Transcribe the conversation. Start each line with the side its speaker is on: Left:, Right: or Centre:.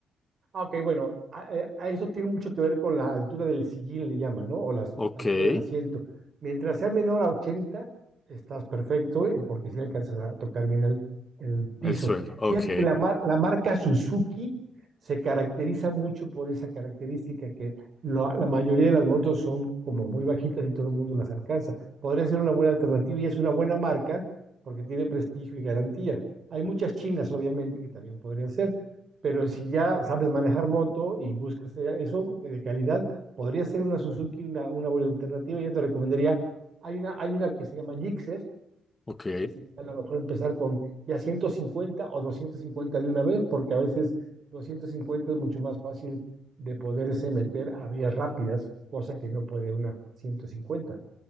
Right: Ah, ok, bueno, a, eh, a- eso tiene mucho que ver con la altura del sillín, le llaman, ¿no? O la s-
Left: Ok,
Right: altura
Left: el
Right: del asiento. Mientras sea menor a 80, estás perfecto, ¿eh? porque si alcanzas a tocar bien el, el piso.
Left: suelo. Ok,
Right: Fíjate que la, mar- la marca Suzuki se caracteriza mucho por esa característica que lo- la mayoría de las motos son como muy bajitas y todo el mundo las alcanza. Podría ser una buena alternativa y es una buena marca porque tiene prestigio y garantía. Hay muchas chinas, obviamente, que también podrían ser pero si ya sabes manejar moto y buscas eh, eso de calidad, podría ser una Suzuki una, una buena alternativa. Yo te recomendaría, hay una, hay una que se llama Gixxer,
Left: ok.
Right: que sería a lo mejor empezar con ya 150 o 250 de una vez, porque a veces 250 es mucho más fácil de poderse meter a vías rápidas, cosa que no puede una 150.